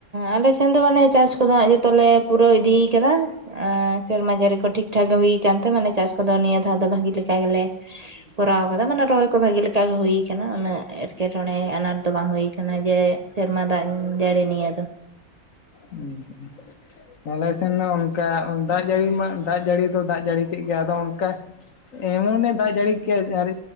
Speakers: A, on the right; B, on the left.
A: ᱟᱞᱮ ᱥᱮᱱ ᱫᱚ ᱢᱟᱱᱮ ᱪᱟᱥ ᱠᱚᱫᱚ ᱦᱟᱸᱜ ᱡᱚᱛᱚᱞᱮ ᱯᱩᱨᱟᱹᱣ ᱤᱫᱤ ᱟᱠᱟᱫᱟ᱾ ᱟᱸ ᱥᱮᱨᱢᱟ ᱡᱟᱸᱱᱤ ᱠᱚ ᱴᱷᱤᱠᱴᱷᱟᱠ ᱜᱮ ᱦᱩᱭ ᱟᱠᱟᱱᱛᱮ ᱢᱟᱱᱮ ᱪᱟᱥ ᱠᱚᱫᱚ ᱱᱤᱭᱟᱹ ᱫᱷᱟᱣ ᱫᱚ ᱵᱷᱟᱜᱤ ᱞᱮᱠᱟ ᱜᱮᱞᱮ
B: ᱸ <unintelligible>
A: ᱠᱚᱨᱟᱣ ᱟᱠᱟᱫᱟ ᱢᱟᱱᱮ ᱨᱚᱦᱚᱭ ᱠᱚ ᱵᱷᱟᱜᱮ ᱞᱮᱠᱟ ᱜᱮ ᱦᱩᱭ ᱟᱠᱟᱱᱟ ᱩᱱᱟᱹᱜ ᱮᱴᱠᱮᱴᱚᱬᱮ ᱟᱱᱟᱴ ᱫᱚ ᱵᱟᱝ ᱦᱩᱭ ᱠᱟᱱᱟ ᱡᱮ ᱥᱮᱨᱢᱟ ᱫᱟᱜ ᱡᱟᱹᱲᱤ ᱱᱤᱭᱟᱹ ᱫᱚ᱾
B: ᱦᱸ᱾ ᱟᱞᱮ ᱥᱮᱱ ᱢᱟ ᱚᱱᱠᱟ ᱫᱟᱜ ᱡᱟᱹᱲᱤ ᱢᱟ ᱫᱟᱜ ᱡᱟᱹᱲᱤ ᱫᱚ ᱫᱟᱜ ᱡᱟᱹᱲᱤ ᱠᱮᱫ ᱜᱮᱭᱟ ᱟᱫᱚ ᱚᱱᱠᱟ ᱮᱢᱚᱱᱮ ᱫᱟᱜ ᱡᱟᱹᱲᱤ ᱠᱮᱜ ᱟ ᱟᱨ